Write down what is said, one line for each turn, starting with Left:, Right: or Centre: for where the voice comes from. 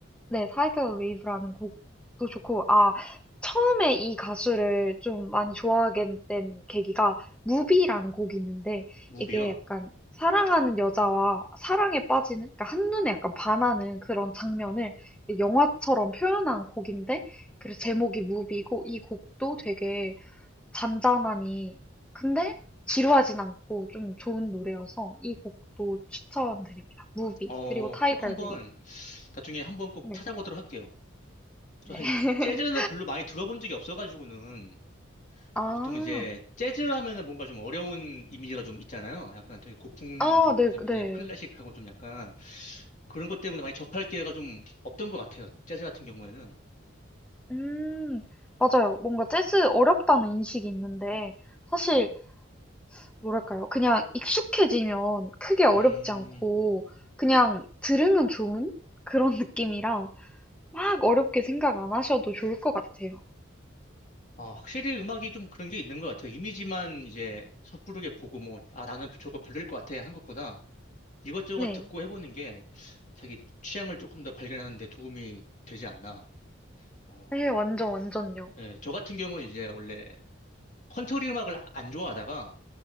Centre: 네, 타이덜 웨이브라는 곡도 좋고 아, 처음에 이 가수를 좀 많이 좋아하게 된 계기가 무비라는 곡이 있는데
Left: 무비요.
Centre: 이게 약간 사랑하는 여자와 사랑에 빠지는 그러니까 한눈에 약간 반하는 그런 장면을 영화처럼 표현한 곡인데 그래서 제목이 무비고 이 곡도 되게 잔잔하니 근데 지루하진 않고 좀 좋은 노래여서 이 곡도 추천드립니다. 무비
Left: 어,
Centre: 그리고 타이거
Left: 꼭 한번
Centre: 웨이브.
Left: 나중에 한번 꼭
Centre: 네.
Left: 찾아보도록 할게요. 저
Centre: 네.
Left: 사실
Centre: <laughs>
Left: 재즈는 별로 많이 들어본 적이 없어가지고는
Centre: 아.
Left: 보통 이제 재즈 하면은 뭔가 좀 어려운 이미지가 좀 있잖아요. 약간 되게 고풍스럽고
Centre: 아, 네,
Left: 좀 이제
Centre: 네.
Left: 클래식하고 좀 약간 그런 것 때문에 많이 접할 기회가 좀 없던 것 같아요. 재즈 같은 경우에는.
Centre: 음. 맞아요. 뭔가 재즈 어렵다는 인식이 있는데 사실 뭐랄까요? 그냥 익숙해지면 크게 어렵지
Left: 음.
Centre: 않고 그냥 들으면 좋은 그런 느낌이라 막 어렵게 생각 안 하셔도 좋을 것 같아요.
Left: 아, 확실히 음악이 좀 그런 게 있는 것 같아요. 이미지만 이제 섣부르게 보고 뭐, 아, 나는 저거 별로일 것 같아 하는 것보다 이것저것
Centre: 네.
Left: 듣고 해보는 게 자기 취향을 조금 더 발견하는 데 도움이 되지 않나. 어,
Centre: 네, 완전 완전요.
Left: 예, 저 같은 경우는 이제 원래 컨트리 음악을 안 좋아하다가